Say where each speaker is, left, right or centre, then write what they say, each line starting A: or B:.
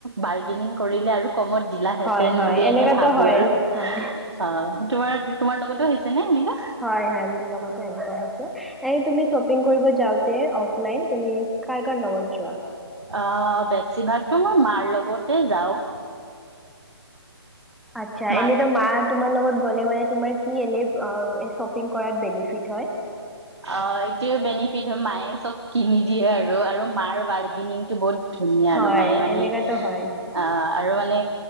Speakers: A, on the right; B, in the centre.
A: বাৰ্গেনিং- কৰিলে আৰু- কমত দিলাহেঁতেন
B: হয় হয়
A: বুলি
B: এনেকাতো
A: এনে ভাবো
B: হয়
A: আৰু
B: হয়।
A: অ তোমাৰ- তোমাৰ লগতো হৈছে নে? সেনেকা
B: হয় হয়, মোৰ লগতে এনেকুৱা হৈছে এ তুমি শ্বপিং কৰিব যাও- তে অফলাইন তুমি কাৰ কাৰ লগত যোৱা?
A: আহ, বেছিভাগতো মই মাৰ লগতে যাওঁ।
B: আচ্ছা,
A: মাৰ
B: এনেতো মা তোমাৰ লগত- গলে মানে তোমাৰ কি এনে শ্বপিং- কৰাত বেনিফিট হয়?
A: অ এইটোয়ে বেনিফিট হয় মায়ে- চব কিনি দিয়ে আৰু, আৰু মাৰ বাৰ্গেনিংটো বহুত- ধুনীয়া
B: হয়
A: আৰু মায়ে মানে
B: এনেকাতো হয়।
A: অ- আৰু মানে